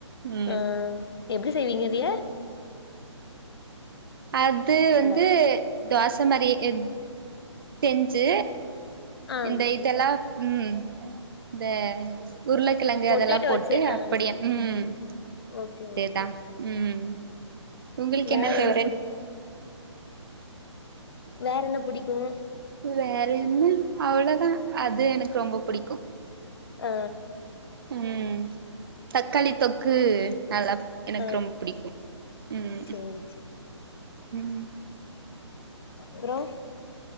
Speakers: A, on the right; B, on the left.
A: ம்
B: ஆ எப்டி செய்வீங்க அதைய
A: அது வந்து
B: ஹலோ
A: தோஸ் சம்பாறி எக் செஞ்சு
B: ஆ
A: இந்த இதல்லா ம் த உருளக்கிழங்கு
B: பொட்டேட்டோ
A: அதலாபோட்டு
B: வச்சு ஆ
A: அப்படிய ம்
B: ஓகே
A: அதேதா
B: ஓகே
A: ம் உங்களுக்கு
B: வேற
A: என்ன ஃபேவரட்
B: புடிக்கு வேற என்ன புடிக்கு
A: வேற என்னு அவ்வளோதா அது எனக் ரொம்ப புடிக்கு
B: அ
A: ம் தக்காளி தொக்கு நல்லா எனக்
B: ஆ
A: ரொம புடிக்கு ம்
B: சேரி
A: ம்
B: ப்ரோ